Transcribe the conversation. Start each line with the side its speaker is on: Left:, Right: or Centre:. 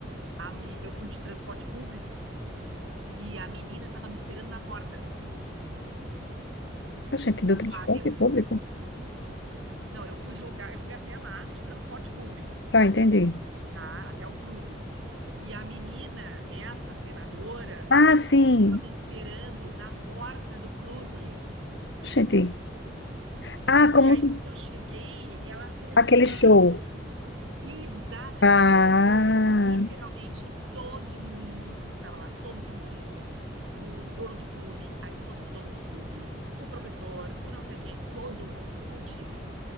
Right: a mi... eu fui de transporte público e a menina estava me esperando na porta
Left: Ah, Gente,
Right: do
Left: do transporte
Right: pádel.
Left: público?
Right: Não, eu fui jogar, eu fui até lá de transporte público,
Left: Tá, entendi.
Right: tá? Até o clube. E a menina, essa treinadora,
Left: Ah, sim.
Right: estava me esperando na porta do clube.
Left: Gente. Ah,
Right: E
Left: como
Right: aí,
Left: se-
Right: quando eu cheguei, ela fez,
Left: aquele
Right: e
Left: show.
Right: aí? Exata,
Left: Ah,
Right: e me apresentou para literalmente todo mundo que estava lá, todo mundo, o dono do clube, a esposa do dono do clube, o professor, o não sei o quê, todo mundo eu tive